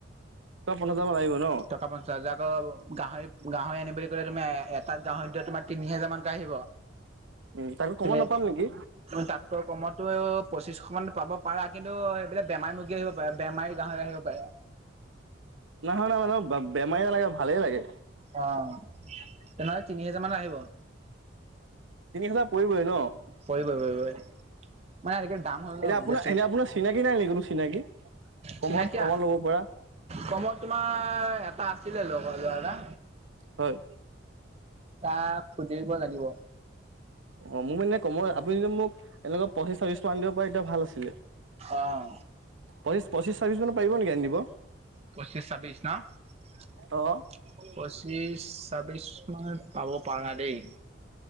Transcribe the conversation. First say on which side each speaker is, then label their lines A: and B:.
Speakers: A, on the right; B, on the right.
A: টকা পঞ্চাছ হাজাৰ মান লাগিব ন?
B: টকা পঞ্চাছ হাজাৰ যাব গাহৰি গাহৰি আনিম বুলি ক'লে তুমি এ-এটা গাহৰিত দিয়া তোমাৰ তিনি হেজাৰ মানকৈ আহিব।
A: উম, তাতকৈ কমত
B: তুমি
A: নাপাম নিকি?
B: তাতকৈ কমতটো পঁচিশ মানত পাব পাৰা কিন্তু সেইবিলাক বেমাৰী মুৰ্গী আহিব বে-বেমাৰী গাহৰি আহিব পাৰে।
A: নহয় নাই মানে মোক ব-বেমাৰী নালাগে ভালেই লাগে।
B: অ', তেনেহলে তিনি হেজাৰ মান আহিব।
A: তিনি হাজাৰ পৰিবই ন'?
B: পৰিবই পৰিবই। মানে আজিকালি দাম হ'ল ন'
A: এনে আপোনাৰ
B: বস্তু।
A: এনে আপোনাৰ চিনাকি নাই নেকি কোনো চিনাকি কমত
B: চিনাকী,
A: কমত ল'ব পৰা
B: কমত তোমাৰ এটা আছিলে লগৰ ল'ৰা এটা।
A: হয়।
B: তাক সুধিব লাগিব।
A: অ', মোক মানে কমৰ আপুনি যে মোক এনেকুৱা পঁচিছ, চাৰ্ভিছ মান আনি দিব পৰি তেতিয়া ভাল আছিলে।
B: অ',
A: পঁচিছ, চাৰ্ভিশ মানত পাৰিব নেকি? দিব
B: পঁচিছ চাৰ্ভিশ ন',
A: অ
B: পঁচিছ চাৰ্ভিছ মানত পাব পাৰা দেই,